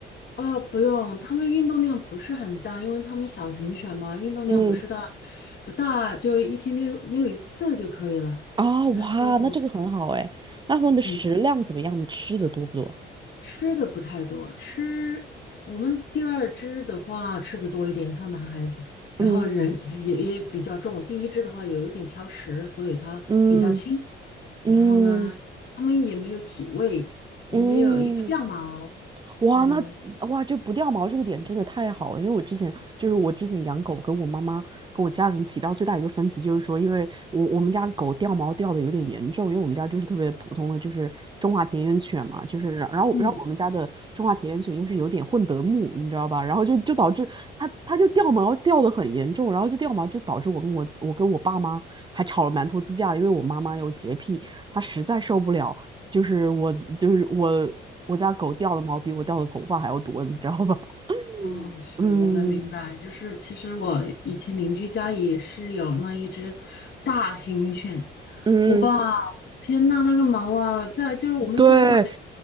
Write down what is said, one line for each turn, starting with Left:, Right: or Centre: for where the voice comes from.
Left: 啊、不用，他们运动量不是很大，因为他们小型犬嘛，运动量不是大，
Right: 嗯，
Left: 不大，就一天遛遛一次就可以了。
Right: 啊，
Left: 然后，
Right: 哇，那这个很好哎。那他们的食量怎么样呢？
Left: 嗯，
Right: 吃的多不多？
Left: 吃的不太多，吃我们第二只的话吃的多一点，它男孩子，然后人也也比较重，
Right: 嗯
Left: 第一只的话有一点挑食，所以它比较轻。
Right: 嗯
Left: 然后呢，
Right: 嗯
Left: 它们也没有体味，也没有也不掉毛，
Right: 嗯。哇，
Left: 对，
Right: 那哇，就不掉毛这个点真的太好了，因为我之前就是我之前养狗，跟我妈妈跟我家人起到最大一个分歧就是说，因为我我们家狗掉毛掉的有点严重，因为我们家就是特别普通的就是中华田园犬嘛，就是然然后然后我们家的中华田园犬又是有点混德牧，
Left: 嗯。
Right: 你知道吧？然后就就导致它它就掉毛掉的很严重，然后就掉毛就导致我跟我我跟我爸妈还吵了蛮多次架，因为我妈妈有洁癖，她实在受不了。就是我就是我我家狗掉的毛比我掉的头发还要多，你知道吧？
Left: 嗯，
Right: <laughs>
Left: 是我能明白，
Right: 嗯
Left: 就是其实我以前邻居家也是有那一只大型犬，
Right: 嗯，
Left: 哇，天呐，那个毛啊，在就是我们坐在那里
Right: 对，